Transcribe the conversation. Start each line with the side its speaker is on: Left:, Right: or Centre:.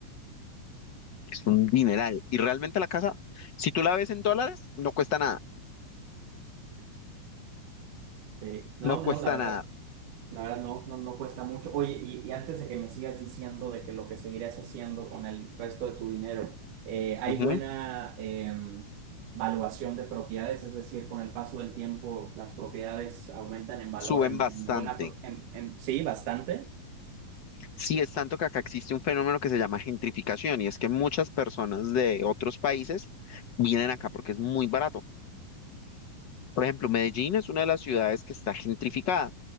Left: Es un dineral. Y realmente la casa, si tú la ves en dólares, no cuesta nada.
Right: Sí. No,
Left: No cuesta
Right: no, la verdad,
Left: nada.
Right: la verdad no, no, no cuesta mucho. Oye, y, y antes de que me sigas diciendo de que lo que seguirás haciendo con el resto de tu dinero, eh, ¿hay
Left: Ujú.
Right: buena em, valuación de propiedades? Es decir, con el paso del tiempo, las propiedades aumentan en valor
Left: Suben
Right: en,
Left: bastante.
Right: en buena, pro- en, en- sí, bastante.
Left: Sí, es tanto que acá existe un fenómeno que se llama gentrificación y es que muchas personas de otros países vienen acá porque es muy barato. Por ejemplo, Medellín es una de las ciudades que está gentrificada,